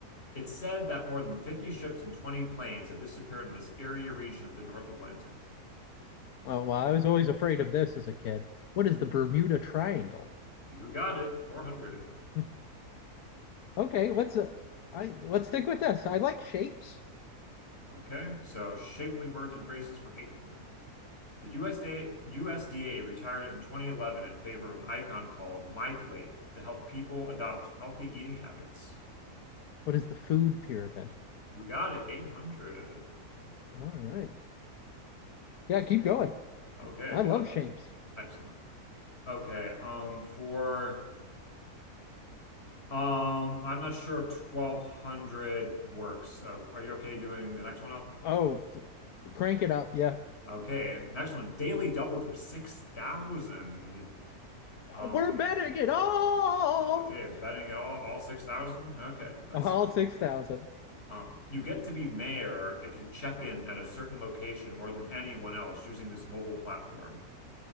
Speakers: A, on the left; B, on the left.
A: It's said that more than 50 ships and 20 planes have disappeared in this area region of the North Atlantic.
B: Oh, well, I was always afraid of this as a kid. What is the Bermuda Triangle?
A: You got it, 400.
B: <laughs> Okay, let's uh, I let's stick with this. I like shapes.
A: Okay, so shapely words and phrases for 800. The USDA, retired it in 2011 in favor of an icon called MyPlate to help people adopt healthy eating habits.
B: What is the food pyramid?
A: You got it, 800.
B: All right. Yeah,
A: So
B: keep going.
A: Okay,
B: I love
A: yeah,
B: shapes.
A: excellent. Okay, um, for um, I'm not sure if 1200 works. Uh, are you okay doing the next one up?
B: Oh, th- crank it up. Yeah.
A: Okay, next one, daily double for 6,000. Um,
B: We're betting it all.
A: okay, betting it all, all 6,000? Okay, let's
B: All
A: see.
B: 6,000.
A: Um, you get to be mayor if you check in at a certain location more than anyone else using this mobile platform. <laughs>